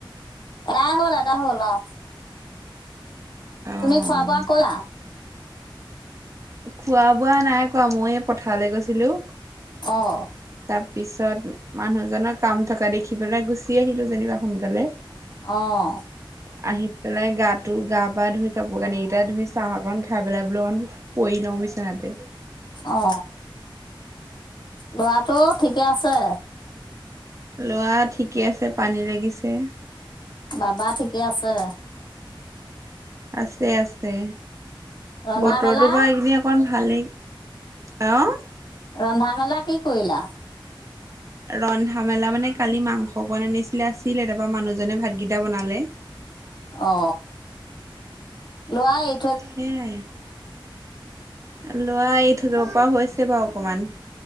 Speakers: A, on the left; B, on the right.
A: এদাহ হ'ল এদাহ হ'ল অ।
B: অ',
A: তুমি খোৱা বোৱা কৰিলা।
B: খোৱা বোৱা নাই কোৱা মই পথাৰলৈ গৈছিলোঁ।
A: অ,
B: তাৰপিছত মানুহজনৰ কাম থকা দেখি পেলাই গুছি আহিলোঁ যেনিবা সোনকালে।
A: অঁ,
B: হয় <unintelligible> আহি পেলাই গাটো গা-পা ধুই, কাপোৰ কানি কেইটা ধুই, চাহ অকন খাই পেলাই বোলো অকন, পৰি লওঁ বিচনাতে।
A: অ। ল'ৰাটো ঠিকে আছে?
B: ল'ৰা ঠিকে আছে পানী লাগিছে।
A: বাবা ঠিকে আছে?
B: আছে আছে।
A: ৰন্ধা
B: বতৰটো
A: মেলা
B: বা এইকেইদিন অকন ভালেই। অঁ।
A: ৰন্ধা মেলা কি কৰিলা?
B: ৰন্ধা মেলা মানে কালি মাংস অকণ আনিছিলে আছিলে তাৰপা মানুহজনে ভাতকেইটা বনালে।
A: অ। ল'ৱা এই
B: সেইয়াই। ল'ৰা এই থৈ যাব পৰা হৈছে বাৰু অকমান।